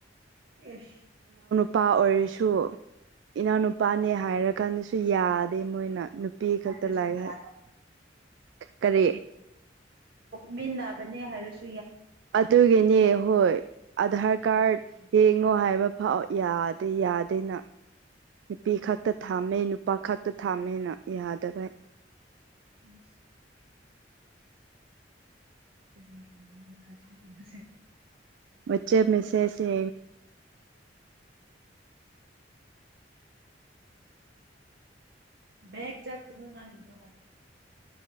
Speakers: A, on the right; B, on the right.
A: ꯑꯦꯁ
B: ꯅꯨꯄꯥ ꯑꯣꯏꯔꯁꯨ ꯏꯅꯥꯎꯅꯄꯥꯅꯦ ꯍꯥꯏꯔ ꯀꯥꯟꯗꯁꯨ ꯁꯨ ꯌꯥꯗꯦ ꯃꯣꯏꯅ ꯅꯨꯄꯤ ꯈꯛꯇ
A: ꯍꯥꯏꯔꯁꯨ
B: ꯂꯥꯏ
A: ꯌꯥꯗꯕ
B: ꯀꯔꯤ
A: ꯃꯤꯟꯅꯅꯥꯕꯅꯤ ꯍꯔꯁ
B: ꯑꯗꯨꯒꯤꯅꯦ ꯍꯣꯏ ꯑꯙꯔ ꯀꯥꯔꯗ
A: ꯀꯔꯤꯒꯤꯅꯣ
B: ꯌꯦꯡꯉꯣ ꯍꯥꯏꯕ ꯑꯥꯎ ꯌꯥꯗꯦ ꯌꯥꯗꯦꯅ ꯅꯨꯄꯤ ꯈꯛꯇ ꯊꯥꯝꯃꯦ ꯅꯨꯄꯥ ꯈꯛꯇ ꯊꯥꯝꯃꯦꯅ ꯌꯥꯗꯕꯩ
A: ꯑ ꯀꯔꯤꯒꯤꯣ ꯔꯁꯤꯨꯔꯁꯦ
B: ꯕꯆꯦ ꯃꯁꯦꯁ
A: ꯕꯒ ꯆꯥ ꯇꯅꯣ ꯅꯪꯣ